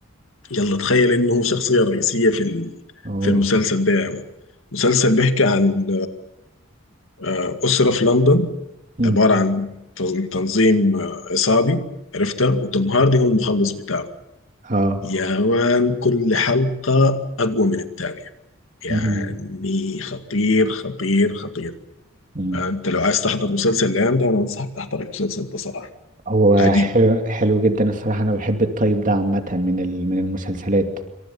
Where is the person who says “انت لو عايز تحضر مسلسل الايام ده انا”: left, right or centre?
Left